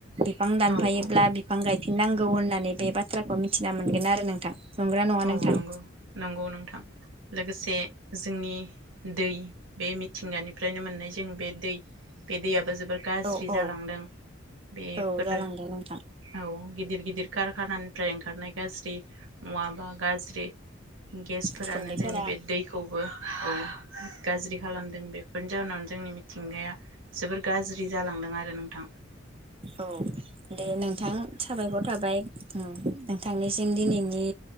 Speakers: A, on the right; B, on the right.
A: बिफां दानफायोब्ला
B: औ औ
A: बिफां गाय नांगौ होननानै बे बाथ्राखौ मिथिना मोनगोन आरो नोंथां। नंगौना नङा
B: औ
A: नोंथां
B: नंगौ नंगौ नोंथां। लोगोसे जोंनि दै बे मिथिंगानिफ्रायनो मोननाय जों बे दै बे दैयाबो जो फोर गाज्रि
A: औ औ
B: जालांदों बेफोर
A: औ जालांदों नोंथां
B: औ गिदिर गिदिर कारखानानिफ्राय ओंखारनाय गाज्रि मुवा ओ गाज्रि गेसफोरानो
A: उखुन्दैफोरा
B: जोंनि बे दैखौबो औ गाज्रि खालामदों बेफोरनि जाहोनाव जोंनि मिथिंगाया जोबोर गाज्रि जालांदों आरो रो नोंथां
A: औ दे नोंथां साबायखर थाबाय। नोंथांनिसिम दिनैनि